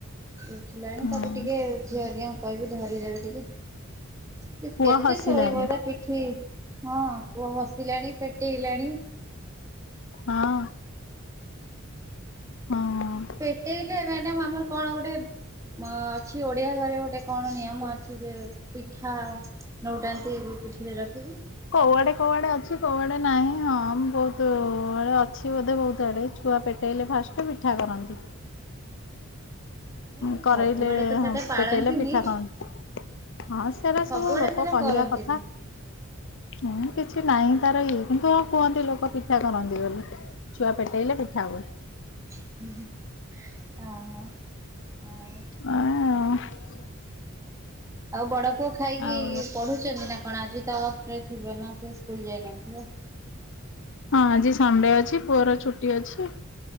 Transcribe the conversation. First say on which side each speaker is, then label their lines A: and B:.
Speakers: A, on the right; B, on the left.
A: ଉଠିଲାଣି
B: ହୁଁ
A: ତାକୁ ଟିକେ ଝିଅ ହେରିକା ଙ୍କୁ କହିବି ଧରିଦେବେ ଟିକେ
B: ପୁଅ
A: କେତେ
B: ହସିଲାଣି
A: ଶୋଇବ ତା ପିଠି ହଁ ପୁଅ ହସିଲାଣି ପେଟେଇଲାଣି।
B: ହଁ। ହଁ।
A: ପେଟେଇଲେ ମ୍ୟାଡାମ ଆମର କଣ ଗୋଟେ ଅଛି ଓଡ଼ିଆ ଘରେ ଗୋଟେ କଣ ନିୟମ ଅଛି ଯେ ପିଠା ନଉଟାନ୍ତି ପିଠିରେ ରଖିକି।
B: କଉଆଡେ କଉଆଡେ ଅଛି କଉଆଡେ ନାହିଁ। ହଁ ବହୁତ ଆଡେ ଅଛି ବୋଧେ ବହୁତ ଆଡେ ଛୁଆ ପେଟେଇଲେ ଫାଷ୍ଟ ପିଠା କରନ୍ତି।
A: ନାଇଁ
B: କରେଇଲେ
A: ସବୁଆଡେ ତ ସେଟା ପାଳନ୍ତିନି
B: ପେଟେଇଲେ ପିଠା କରନ୍ତି। ହଁ ସେରା
A: ସବୁଆଡେ
B: ସବୁ ଲୋକ
A: ସେଟା
B: କହିବା
A: କରନ୍ତିନି।
B: କଥା। ହୁଁ କିଛି ନାହିଁ ତାର ଇଏ। କିନ୍ତୁ କୁହନ୍ତି ଲୋକ ପିଠା କରନ୍ତି ବୋଲି। ଛୁଆ ପେଟେଇଲେ ପିଠା ହୁଏ।
A: ହଁ। ହଁ
B: <unintelligible>
A: ଆଉ ବଡ ପୁଅ ଖାଇକି
B: ଆଉ
A: ପଢୁଛନ୍ତି ନା କଣ? ଆଜି ତ ଅପ୍ ରେ ଥିବେ ନା ସେ ସ୍କୁଲ ଯାଇନଥିବେ।
B: ହଁ ଆଜି ସଣ୍ଡେ ଅଛି। ପୁଅ ର ଛୁଟି ଅଛି।